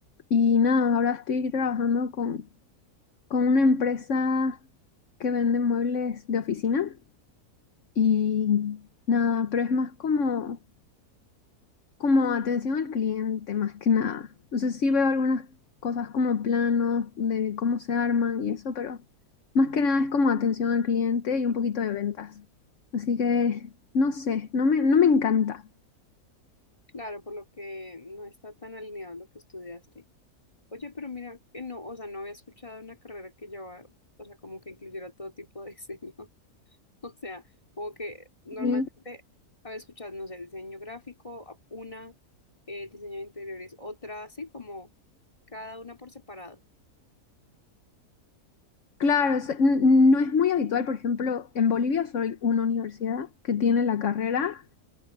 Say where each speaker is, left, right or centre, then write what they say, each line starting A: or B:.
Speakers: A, on the left (about 55°); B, on the left (about 20°).
A: y nada, ahora estoy trabajando con, con una empresa que vende muebles de oficina y nada, pero es más como como atención al cliente más que nada. entonces sí veo algunas cosas como planos de cómo se arman y eso, pero más que nada es como atención al cliente y un poquito de ventas. Así que no sé, no me, no me encanta.
B: Claro, por lo que no está tan alineado lo que estudiaste. Oye, pero mira, que no, o sea, no había escuchado una carrera que llevaba, o sea, como que incluyera todo tipo de <laughs> diseño. <laughs> O sea, como que normalmente,
A: Y
B: a ver, escuchad, no sé, diseño gráfico, a- una, eh, diseño de interiores, otra, así como cada una por separado.
A: claro, o sea, n- no es muy habitual, por ejemplo, en Bolivia soy una universidad que tiene la carrera.